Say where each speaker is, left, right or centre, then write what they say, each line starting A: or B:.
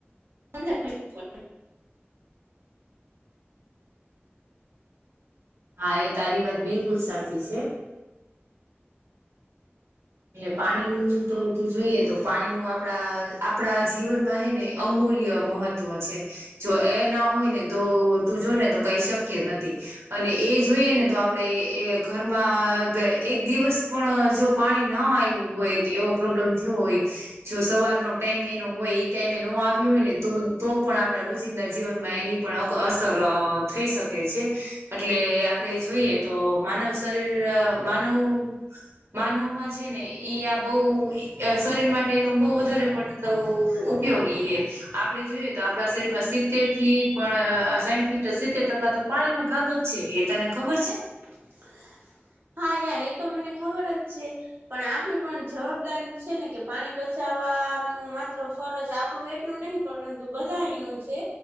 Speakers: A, on the right; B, on the right.
A: પચ <unintelligible>
B: હા એ તારી વાત બિલકુલ સાચી છે. એ પાણીનું તો તું જોઈએ તો પાણી નું આપણા આપણા જીવનમાં હે ને અમૂલ્ય મહત્વ છે, જો એ ના હોય ને તો તું જોને તો કઈ શક્ય નથી. અને એ જોઈએ ને તો આપણેે એ ઘરમાં એક દિવસ પણ જો પાણી ના આવ્યું હોય કે એવો પ્રોબ્લેમ થયો હોય. જો સવારનો ટાઈમ એનો હોય એ ટાઈમે ન આવ્યો હોય ને તો તો પણ આપણા રોજિંદા જીવનમાં એની પણ અસર થઈ શકે છે. એટલે આપડે જોઈએ તો માનવ શરીર માનવ માનવમાં છે. છે ને ઈ આ બહ શરીર માટે એનું બહ વધારે પડતો ઉપયોગી એ. આપડે જોઈએ તો આપણા શરીર માં સિત્તેર થી પણ અસાઠ થી સિત્તેર ટકા તો પાણી એ ન ભાગ જ છે એ તને ખબર છે?
A: હ <inaudible> હા યાર એ તો મને ખબર હ છે. પણ આપણી પણ જવાબદારી છે ને કે પાણી બચાવવાનું માત્ર ફરજ આપણું એક ન નહી પર પરંતુ બધા એ ન છે.